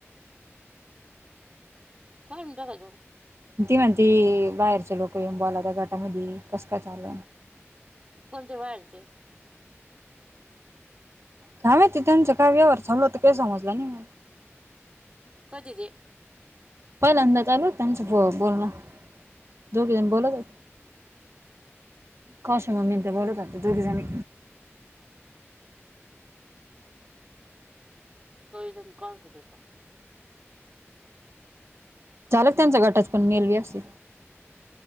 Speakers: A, on the right; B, on the right.
A: काढून टाकायचं.
B: ती म्हणती बाहेरची लोक येऊन बोलाता गटामधी कसं काय झाल
A: कोणते बाहेरच?
B: काय माहिती तुमचा काय व्यवहार चालला होता समजलं नाही मला.
A: कधी दे?
B: पहिल्यादां झालं होत त्यांचं बोलणं दोघी जण बोलत हो काशा मामी आणि त्या बोलत होत्या दोघी जणी
A: <unintelligible> <unintelligible>
B: झालं का त्यांचा गटाचं काम मेलवी असतय